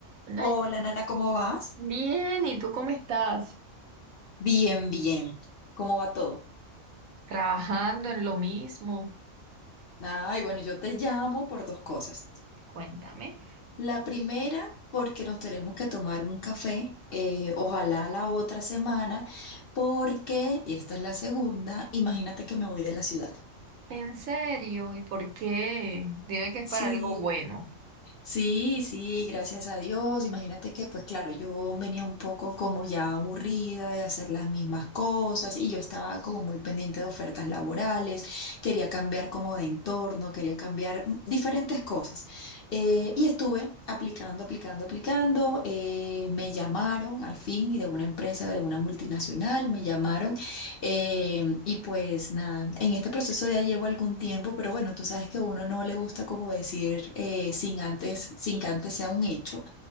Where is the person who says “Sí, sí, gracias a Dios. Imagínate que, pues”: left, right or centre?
Left